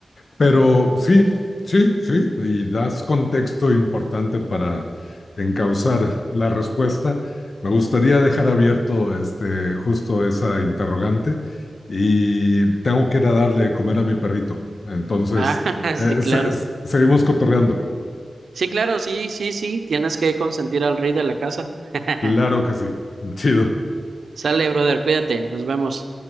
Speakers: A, on the left; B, on the right.
A: Pero sí, sí, sí, y das contexto importante para encauzar la respuesta. Me gustaría dejar abierto este, justo esa interrogante y tengo que ir a darle de comer a mi perrito. Entonces,
B: <laughs> Ah,
A: eh,
B: sí, claro.
A: se- se- seguimos cotorreando.
B: Sí, claro, sí, sí, sí, tienes que consentir al rey de la casa. <laughs>
A: Claro que sí. Chido.
B: Sale, brother, cuídate, nos vemos.